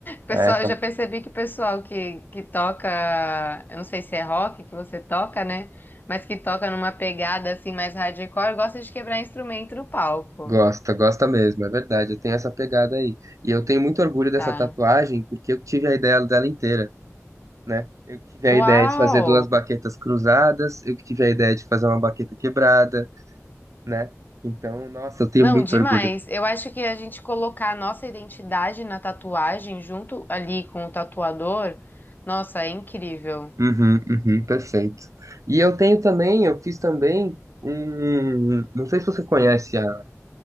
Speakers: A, on the left (about 35°); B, on the right (about 75°).
A: Pessoal,
B: Aí acabo...
A: eu já percebi que o pessoal que, que toca, eu não sei se é rock que você toca, né? Mas que toca numa pegada assim mais hardcore, gosta de quebrar instrumento no palco,
B: Gosta, gosta mesmo, é verdade, eu tenho essa pegada aí. E eu tenho muito orgulho dessa
A: tá?
B: tatuagem, porque eu que tive a ideia dela inteira, né? Eu que tive a
A: Uau!
B: ideia de fazer duas baquetas cruzadas, eu que tive a ideia de fazer uma baqueta quebrada, né? Então, nossa, eu tenho
A: Não,
B: muito
A: demais.
B: orgulho.
A: Eu acho que a gente colocar a nossa identidade na tatuagem junto ali com o tatuador, nossa, é incrível.
B: Uhum, uhum, perfeito. E eu tenho também, eu fiz também um... Não sei se você conhece a,